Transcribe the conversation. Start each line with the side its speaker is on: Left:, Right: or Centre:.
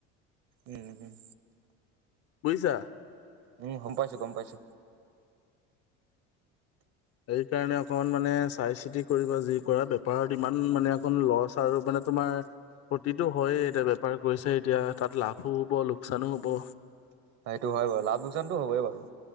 Right: উম উম।
Left: বুজিছা।
Right: উম গম পাইছো গম পাইছো।
Left: সেইকাৰণে অকমান মানে চাই চিতি কৰিবা যি কৰা বেপাৰত ইমান মানে অকণ লচ আৰু মানে। তোমাৰ। প্ৰফিট হয় এতিয়া বেপাৰ কৰিছে এতিয়া তাত লাভো হ'ব লোকচানো হ'ব।
Right: সেইটো হয় বাৰু লাভ লোকচানতো হবই বাৰু।